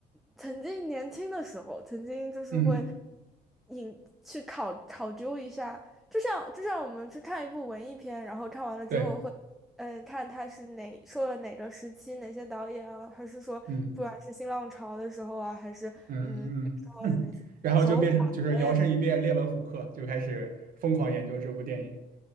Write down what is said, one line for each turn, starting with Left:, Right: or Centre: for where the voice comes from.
Centre: 曾经年轻的时候，曾经就是会
Right: 嗯，
Centre: 引去考考究一下，就像就像我们去看一部文艺片，然后看完了之后会，
Right: 对，
Centre: 嗯，看它是哪受了哪个时期哪些导演啊，还是说不管是新浪潮的时候啊，
Right: 嗯
Centre: 还是嗯那个时候的那些手法。
Right: 嗯嗯嗯，然后就变成就是摇身一变列文虎克，
Centre: 导演。
Right: 就开始疯狂研究这部电影